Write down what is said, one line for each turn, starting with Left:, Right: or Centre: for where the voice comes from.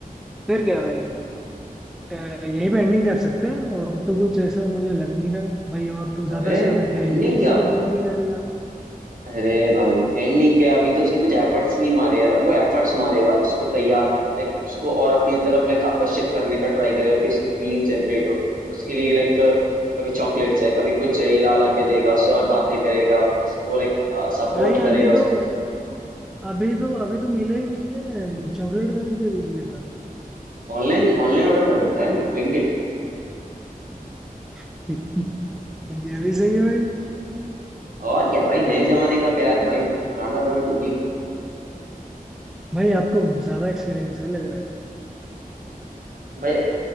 Centre: फिर क्या भाई अ, यहीं पे एंडिंग कर सकते हैं और तो कुछ ऐसा मुझे लग नहीं रहा भाई और तो ज्यादा
Right: अरे
Centre: से ज्यादा
Right: एंडिंग
Centre: क्या यूपीएससी
Right: क्या
Centre: की तैयारी करेगा
Right: अरे भाई एंडिंग क्या अभी तो उसने कुछ एफर्ट्स नहीं मारे यार अब वो एफर्ट्स मारेगा उसको तैयार लाइक उसको और अपनी तरफ लाइक आकर्षित करने का ट्राई करेगा कि उसकी फीलिंग जनरेट हो उसके लिए लाइक कभी चॉकलेट्स है कभी कुछ है ये ला ला के देगा उससे और बातें करेगा उसको लाइक सपोर्ट
Centre: भाई
Right: करेगा
Centre: अभी
Right: उसमें
Centre: तो अभी तो अभी तो मिला ही नहीं है चॉकलेट कहाँ दे देगा
Right: ऑनलाइन ऑनलाइन ऑर्डर कर देता है ना ब्लिंकिट
Centre: <laughs> ये भी सही है भाई
Right: और क्या भाई नए जमाने का प्यार है भाई पुराना पुराना थोड़ी है
Centre: भाई आपको ज्यादा एक्सपीरियंस है लग रहा है
Right: भाई